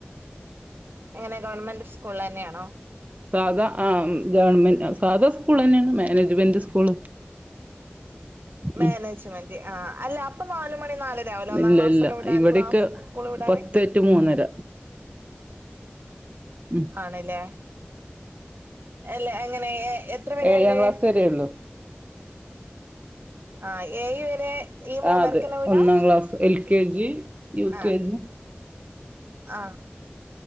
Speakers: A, on the right (about 65°); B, on the right (about 40°).
A: എങ്ങനെ ഗവൺമെന്റ് സ്കൂളിളന്നെ ആണോ?
B: സാധാ ആഹ് ഗവൺമെന്റ് സാധാ സ്കൂളെന്നേണ് മാനേജ്മെന്റ് സ്കൂള്
A: മാനേജ്മെന്റ്
B: ഉം
A: ആ അല്ല അപ്പം നാല് മണി നാലര ആവൂലെ ഒന്നാം
B: ഇല്ല
A: ക്ലാസ്സൊക്കെ
B: ഇല്ല
A: വിടാൻ
B: ഇവിടെക്കെ
A: ക്ലാസ് സ്കൂള് വിടാന്
B: പത്ത്റ്റു മൂന്നര. ഉം
A: ആണ്ലേ എല്ല അങ്ങനെ ഏ എത്ര വരേണ്ട്?
B: ഏഴാം ക്ലാസ് വരെയുള്ളൂ
A: ആ ഏഴ്‌ വരെ ഈ മൂന്നരക്കന്നെ
B: ആ അതെ
A: വിടാ
B: ഒന്നാം class L K G U
A: ആ
B: കെ ജി
A: ആ